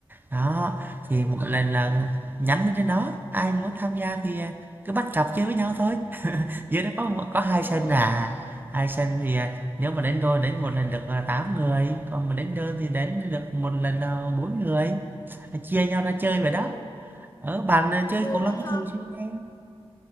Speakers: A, on the right (about 20°); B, on the left (about 35°).
A: Đó,
B: Ừ.
A: thì một lần là nhắn lên trên đó, ai muốn tham gia thì, à, cứ bắt cặp chơi với nhau thôi. Dưới đó có một có hai
B: Ừ.
A: sân à, hai sân thì, à, nếu mà đến đôi đến một lần được, à, 8 người, còn mà đến đơn thì đến được một lần, à, 4 người. chia nhau ra chơi
B: Ừ.
A: vậy đó ở bạn à,
B: Cũng
A: chơi
B: vui
A: cầu
B: quá
A: lông
B: ha.
A: có thường xuyên không